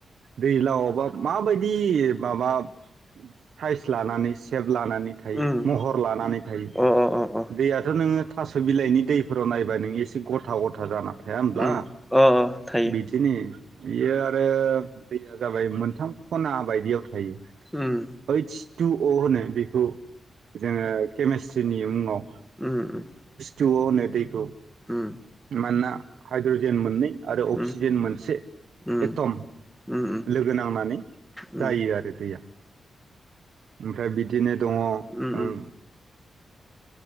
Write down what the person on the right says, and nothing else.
दैलावबा माबाय इ माबा साइस लानानै सेब लानानै थायो
महर लानानै थायो
दैयाथ' नोङो थास' बिलाइनि दै फोराव नायबा नों एसे गथा गथा जाना थाया होमब्ला
बिदिनो बियो आरो दैया जाबाय मोनथाम खना बायदियाव थायो
ओइस तु अ' होनो। बिखौ जोंङो केमेस्ट्रि दिनै मुङाव
थु अ' होनो दै औ
मानना हाइड्रजेन मोननै आरो
अक्सिजेन मोनसे
एटम
लोगो नांनानै
जायो आरो दैया फ्राय बिदिनो दङ ओं